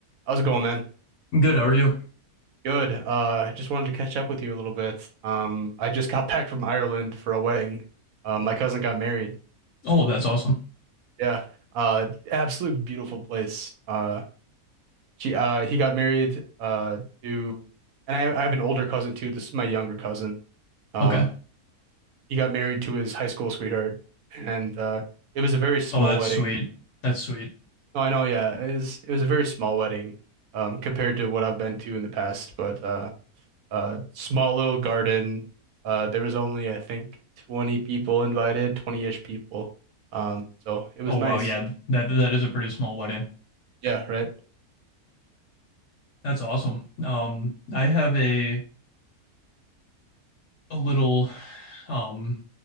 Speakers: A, on the right (about 70°); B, on the left (about 60°).
A: How's it going, man?
B: Good, how are you?
A: Good. Uh, just wanted to catch up with you a little bit. Um, I just got <laughs> back from Ireland for a wedding. Uh, my cousin got married.
B: Oh, that's awesome.
A: Yeah. Uh, absolute beautiful place. Uh, she uh he got married uh to, and I I have an older cousin too. This is my younger cousin. Um,
B: Okay.
A: he got married to his high school sweetheart, and uh, it was a very small
B: Oh, that's
A: wedding.
B: sweet. That's sweet.
A: Oh, I know. Yeah, it was it was a very small wedding, um, compared to what I've been to in the past, but uh. uh small little garden. Uh there was only I think 20 people invited, 20-ish people. Um so it was
B: Oh,
A: nice.
B: wow. Yeah, that that is a pretty small wedding.
A: Yeah, right.
B: That's awesome. Um, I have a a little um